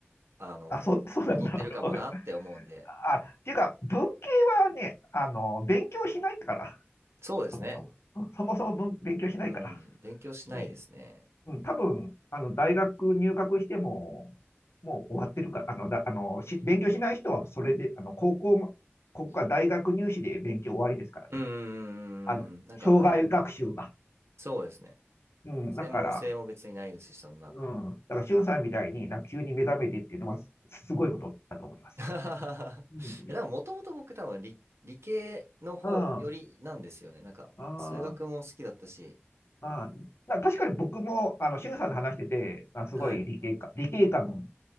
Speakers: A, on the right; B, on the left.
A: あの、
B: あ、そ、そうなんだ。
A: 劣ってるかもなって思うんで。
B: <laughs> あ、っていうか、文系はね、あの、勉強しないから、
A: そうですね。
B: そもそも。そもそも文勉強しないから。
A: うん。勉強しないですね。
B: うん。うん、多分、あの、大学入学しても、もう終わってるから、あの、だ、あの、し、勉強しない人はそれで、あの、高校も、ここは大学入試で勉強終わりですからね。
A: うーん。
B: あの、
A: なんか、
B: 生涯学習が。
A: はい。そうですね。
B: うん、
A: 専門性も別にないですし、
B: だから、
A: そんな。
B: うん、だから、しゅんさんみたいに、なんか急に目覚めてっていうのは、すすごいことだと思います。
A: <laughs> い
B: うん。
A: や、でも、もともと僕多分理、理系の方よりなんですよね。
B: うん。あ
A: なんか、
B: あ。
A: 数学も好きだったし。
B: あ、な確かに僕も、あの、しゅんさんの話してて、あ、すごい理系か、
A: はい。
B: 理系感、